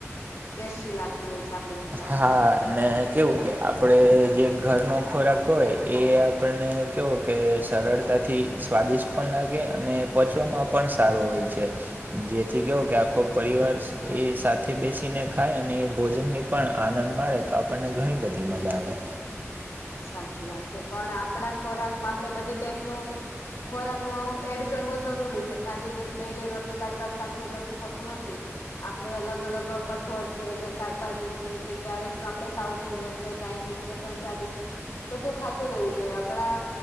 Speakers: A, on the left; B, on the right.
A: ટેસ્ટી લાગ <unintelligible>
B: હા ને કેવું કે આપણે જે ઘરનો ખોરાક હોય એ આપણને કેવો કે સરળતાથી સ્વાદિષ્ટ પણ લાગે અને પચવામાં પણ સારું હોય છે જેથી કેવો કે આખો પરિવાર એ સાથે બેસીને ખાય અને એ ભોજનની પણ આનંદ મારેે તો આપણને ઘણી બધી મજા આવે
A: સાચી વાત છે પણ ખોરાકમાં આપડે બધી ટાઈપનો ખોરાક ક એડ કરવો જરૂરી છે ખાલી ડેલી રોટલી દાળ ભાત સાથે કશું થતું નથી આપડે અલગ અલગ કઠોળ છે કે શાકભાજી છે કે ક્યારેક આપડે સાઉથ ઇન્ડિયન છે ચાઇનીઝ છે પંજાબી છે બધું ખાતું રહેવું જોઈએ આપડા